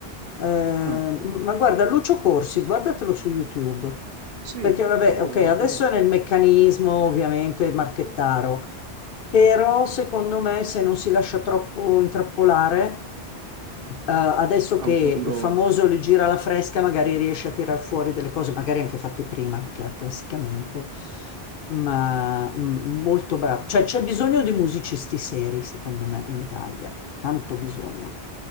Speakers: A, on the left; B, on the right.
A: Eh, ma
B: Ah, mm,
A: guarda, Lucio Corsi, guardatelo su YouTube.
B: sì,
A: Perché vabbè,
B: sì, lo
A: ok, adesso
B: guarderò.
A: è nel meccanismo ovviamente marchettaro, però secondo me se non si lascia troppo intrappolare eh, adesso
B: Ha
A: che
B: un futuro...
A: è famoso il giro alla fresca, magari riesce a tirar fuori delle cose, magari anche fatte prima, cla- classicamente, ma mm, molto bravo. Cioè, c'è bisogno di musicisti seri, secondo me, in Italia, tanto bisogno,